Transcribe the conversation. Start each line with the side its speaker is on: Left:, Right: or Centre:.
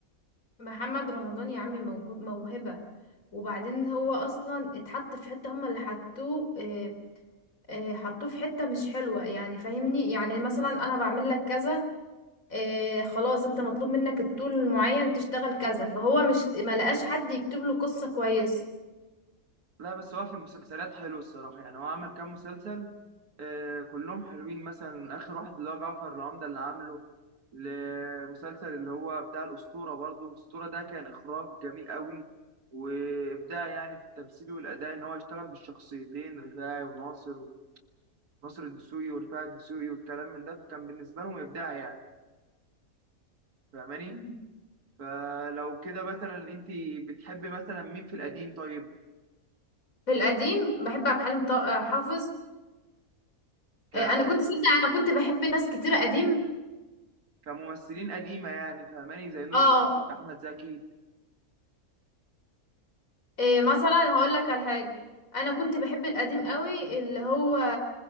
Left: محمد رمضان يا عمي موهب موهبة وبعدين هو أصلا اتحط في حتة هما اللي حطوه آه، آه، حطوه في حتة مش حلوة يعني فاهمني يعني مثلا أنا بعمل لك كذا إيه خلاص انت مطلوب منك الطول المعين تشتغل كذا فهو مش ما لقاش حد يكتب له قصة كويسة
Right: لا بس هو في المسلسلات حلو الصراحة يعني هو عمل كام مسلسل آه كلهم حلوين مثلا من آخر واحد اللي هو جعفر العمدة اللي عامله لمسلسل اللي هو بتاع الأسطورة برضه الأسطورة ده كان إخراج جميل قوي وإبداع يعني في التمثيل والأداء إن هو يشتغل بالشخصيتين رفاعي وناصر ناصر الدسوقي ورفاعي الدسوقي والكلام من ده كان بالنسبة لهم إبداع يعني فاهماني؟
Left: مم.
Right: فلو كده مثلا انت بتحبي مثلا مين في القديم طيب
Left: في القديم بحب عبد الحليم ط- حافظ
Right: ك...
Left: إيه انا كنت صدق انا كنت بحب ناس كتير قديم
Right: كممثلين قديمه يعني فاهماني زي نور
Left: اه
Right: الشريف احمد زكي
Left: إيه مثلا هقول لك على حاجة انا كنت بحب القديم قوي اللي هو